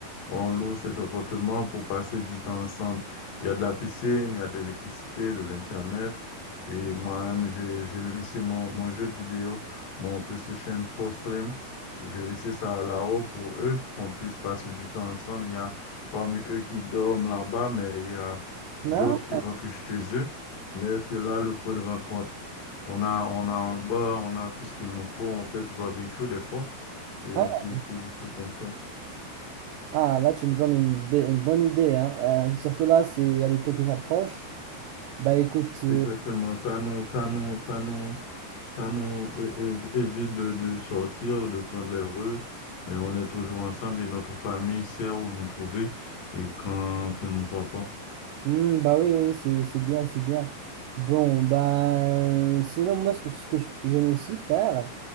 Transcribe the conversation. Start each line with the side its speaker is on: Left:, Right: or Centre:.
Left: On loue cet appartement pour passer du temps ensemble. Il y a de la piscine, il y a de l'électricité, de l'Internet. Et moi-même, j'ai, j'ai laissé mon, mon jeu de vidéo, mon PlayStation 4 Slim. J'ai laissé ça là-haut pour eux, pour qu'on puisse passer du temps ensemble. Il y a parmi eux qui dorment là-bas, mais il y a
Right: Non?
Left: d'autres qui rentrent chez eux. Mais c'est là le point de rencontre. On a, on a un bar, on a tout ce qu'il nous faut. On fait du barbecue des fois. Et
Right: Ah,
Left: c'est c'est- c'est comme ça.
Right: ah, là, tu me donnes une, be- une bonne idée. hein. Euh, surtout là, c'est- il y a l'été qui s'approche. Bah écoute. euh,
Left: Exactement. Ça nous, ça nous, ça nous, ça nous é- é- évite de, de sortir, de prendre les rues. Mais on est toujours ensemble et notre famille sait où nous trouver et quand ils ne nous voient pas.
Right: Hmm, bah oui, oui, c'est c'est bien, c'est bien. Bon, bah, sinon, moi, ce que, ce que je- j'aime aussi faire,